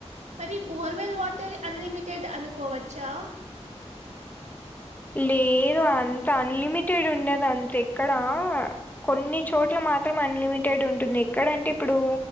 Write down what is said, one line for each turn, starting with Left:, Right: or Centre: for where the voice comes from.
Right: మరి బోర్వెల్ వాటర్ అన్లిమిటెడ్ అనుకోవచ్చా
Left: లేదు అంత అన్లిమిటెడ్ ఉండదు అంత ఎక్కడా కొన్ని చోట్ల మాత్రం అన్లిమిటెడ్ ఉంటుంది ఎక్కడంటే ఇప్పుడు